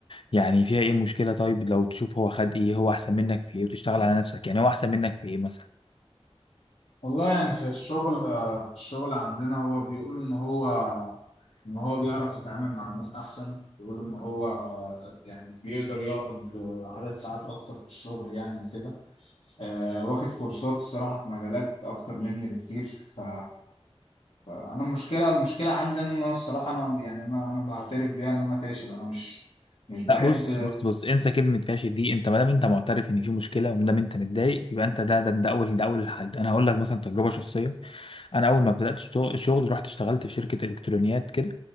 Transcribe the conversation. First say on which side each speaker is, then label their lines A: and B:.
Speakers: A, on the left; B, on the left.
A: يعني فيها ايه مشكله طيب لو تشوف هو خد ايه هو احسن منك في ايه وتشتغل على نفسك يعني هو احسن منك في ايه مثلا
B: والله يعني في الشغل آه، في الشغل عندنا هو بيقولوا ان هو ان هو بيعرف يتعامل مع الناس احسن بيقولوا ان هو آه، يعني بيقدر يقعد آه، عدد ساعات اكتر في الشغل يعني وكده آه، واخد كورسات الصراحة في مجالات اكتر مني بكتير ف فانا المشكلة المشكلة عندي انا إن أنا الصراحة انا يعني انا انا بعترف بيها ان انا فاشل انا مش مش بحب
A: لا بص بص بص انسى كلمه فاشل دي انت ما دام انت معترف ان في مشكله وما دام انت متضايق يبقى انت ده ده, ده اول ده اول الحل انا هقول لك مثلا تجربه شخصيه انا اول ما بدات الشغل رحت اشتغلت في شركه الكترونيات كده